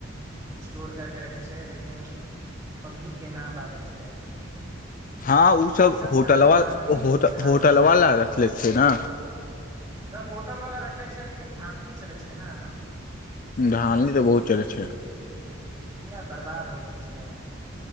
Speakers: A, on the right; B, on the left.
A: स्टोर करके रखै छै लेकिन पब्लिकके न बाँटै छै
B: हँ ओसभ
A: ई सब
B: होटलव
A: धान धाँधली धान
B: होटलवाला रखले छै ने
A: धर होटल वालला रखले छ लेकिन धाँधली चलै छै ने
B: धानी तऽ बहुत चलै छै
A: इिया बर्बाद हो गेल छै अब